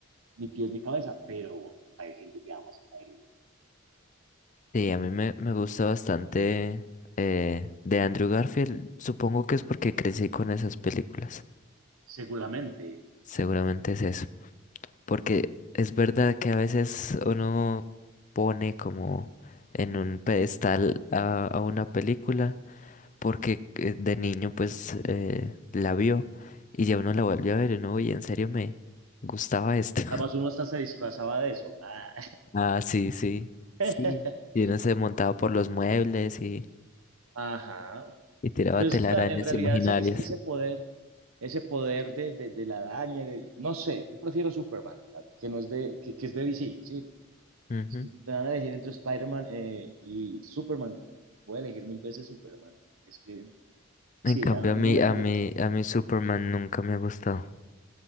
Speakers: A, on the right; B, on the left.
A: ni pies ni cabeza, pero hay gente que ama a caer,
B: Sí, a mí me, me gusta bastante eh, de Andrew Garfield. Supongo que es porque crecí con esas películas.
A: seguramente.
B: Seguramente es eso. Porque es verdad que a veces uno pone como en un pedestal a, a una película porque eh, de niño pues eh, la vio y ya uno la vuelve a ver y uno, oye, en serio me gustaba esto.
A: Además
B: <laughs>
A: uno hasta se disfrazaba de eso. Ah.
B: Ah, sí, sí,
A: <laughs>
B: sí. Y uno se montaba por los muebles y,
A: Ajá.
B: y tiraba
A: Pues
B: telarañas
A: es que la- en realidad
B: imaginarias.
A: ese, ese, ese poder, ese poder de, de, de la araña, de- no sé, yo prefiero Superman, que no es de, que, que es de DC, sí.
B: Ujú.
A: Si Me van a elegir entre Spider-Man eh, y Superman. Voy a elegir mil veces Superman. Es que
B: En
A: Sí,
B: cambio,
A: a, a mí
B: a mí,
A: no me
B: a
A: conecta.
B: mí, a mí Superman nunca me ha gustado.